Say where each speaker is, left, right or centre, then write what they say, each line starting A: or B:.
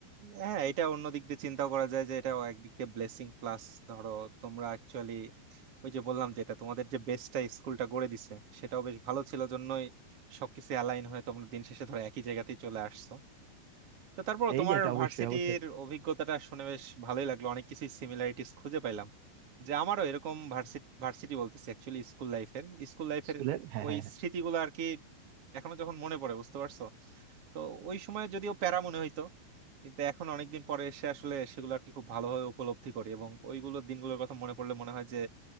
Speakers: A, on the right; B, on the right.
A: হ্যাঁ এটা অন্য দিক দিয়ে চিন্তা করা যায় যে এটাও একদিক দিয়ে ব্লেসিং প্লাস ধরো তোমরা অ্যাকচুয়ালি ওই যে বললাম যেটা তোমাদের যে বেসটা স্কুলটা গড়ে দিছে সেটাও বেশ ভালো ছিল জন্যই সবকিছু অ্যালাইন হয়ে তোমরা দিন শেষে ধরো একই জায়গাতেই চলে আসছো তো তারপর
B: এই
A: তোমার
B: যে এটা অবশ্যই
A: ভার্সিটির
B: অবশ্যই
A: অভিজ্ঞতাটা শুনে বেশ ভালোই লাগলো অনেক কিছু সিমিলারিটিস খুঁজে পাইলাম যে আমারও এরকম ভার্সিটি ভার্সিটি বলতেছি অ্যাকচুয়ালি স্কুল লাইফের স্কুল লাইফের
B: স্কুলের হ্যাঁ
A: ওই
B: হ্যাঁ হ্যাঁ।
A: স্মৃতিগুলো আর কি এখনো যখন মনে পড়ে বুঝতে পারছো তো ওই সময় যদিও প্যারা মনে হইতো কিন্তু এখন অনেকদিন পরে এসে আসলে সেগুলো আর কি খুব ভালোভাবে উপলব্ধি করি এবং ওইগুলো দিনগুলোর কথা মনে পড়লে মনে হয় যে